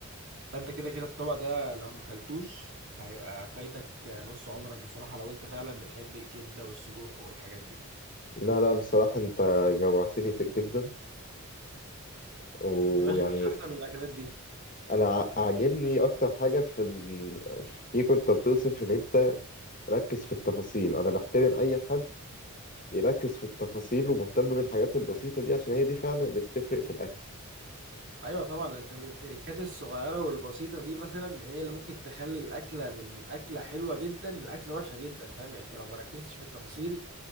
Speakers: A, on the right; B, on the left.
A: فانت كده كده الطبق ده لو ما اكلتوش هيبقى فايتك نص عمرك بصراحة لو انت فعلا بتحب الكبدة والسجق والحاجات دي
B: لا لا بصراحة انت جوعتني ت- جدا ويعني
A: يا باشا مفيش احلى من الاكلات دي
B: انا ع- عاجبني اكتر حاجه في ال... فيك انت بتوصف ان انت ركز في التفاصيل انا بحترم اي حد بيركز في التفاصيل ومهتم بالحاجات البسيطه دي عشان هي دي فعلا اللي بتفرق في الاكل
A: ايوه طبعا انت التركات الصغيرة والبسيطة دي مثلا هي اللي ممكن تخلي الاكلة من اكلة حلوة جدا لاكلة وحشة جدا فاهم يعني انت لو ما ركزتش في التفاصيل